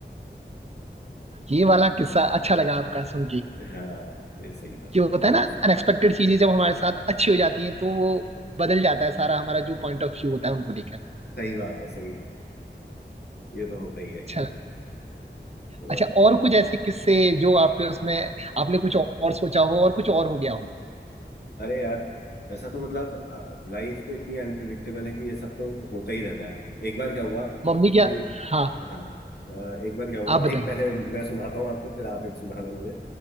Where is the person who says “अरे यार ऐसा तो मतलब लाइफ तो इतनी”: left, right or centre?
Left